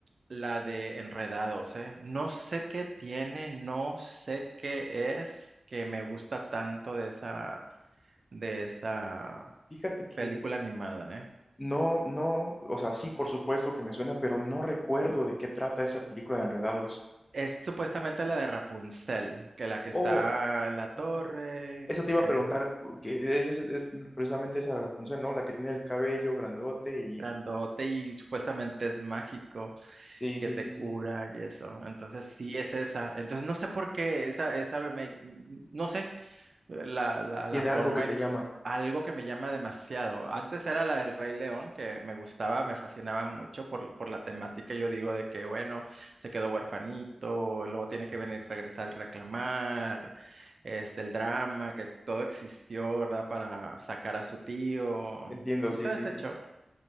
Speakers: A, on the right; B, on the left.
A: la de Enredados, ¿eh? No sé qué tiene, no sé qué es que me gusta tanto de esa, de esa
B: Fíjate que
A: película animada, ¿eh?
B: no, no, o sea, sí, por supuesto que me suena, pero no recuerdo de qué trata esa película de Enredados.
A: Es supuestamente la de Rapunzel, que la que
B: Oh,
A: está en la torre,
B: sí, sí. Eso te iba
A: eh,
B: a preguntar, que es, es- es precisamente esa punción, ¿no? La que tiene el cabello grandote y...
A: grandote y supuestamente es mágico,
B: Sí,
A: que
B: sí,
A: te
B: sí,
A: cura
B: sí.
A: y eso. Entonces sí es esa. Entonces no sé por qué esa, esa me, me- no sé, la, la,
B: Tiene
A: la forma
B: algo que te
A: en
B: llama.
A: algo que me llama demasiado. Antes era la del Rey León, que me gustaba, me fascinaba mucho por, por la temática. Yo digo de que, bueno, se quedó huerfanito, luego tiene que venir, regresar y reclamar, este, el drama, que todo existió, ¿verdad? Para sacar a su tío
B: Entiendo,
A: y
B: sí,
A: todo
B: sí,
A: ese
B: sí.
A: show.